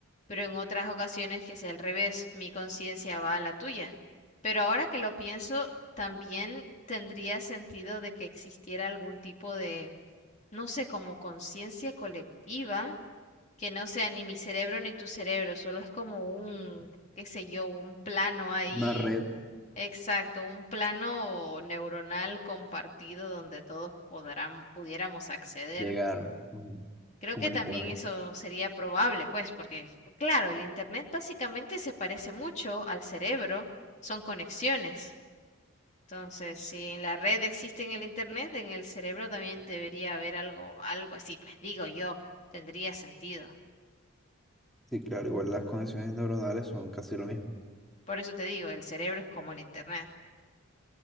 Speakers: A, on the left; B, in the centre.
A: pero en otras ocasiones que sea al revés, mi conciencia va a la tuya. Pero ahora que lo pienso, también tendría sentido de que existiera algún tipo de no sé, como conciencia colectiva, que no sea ni mi cerebro ni tu cerebro, solo es como un, qué sé yo, un plano ahí,
B: Una red,
A: exacto, un plano neuronal compartido donde todos podrán, pudiéramos acceder.
B: llegar, ujú,
A: Creo
B: como
A: que
B: el
A: también
B: internet.
A: eso sería probable, pues, porque, claro, el Internet básicamente se parece mucho al cerebro, son conexiones. Entonces, si en la red existe en el internet, en el cerebro también debería haber algo, algo así, pues digo yo, tendría sentido.
B: Sí, claro, igual las conexiones neuronales son casi lo mismo.
A: Por eso te digo, el cerebro es como el internet.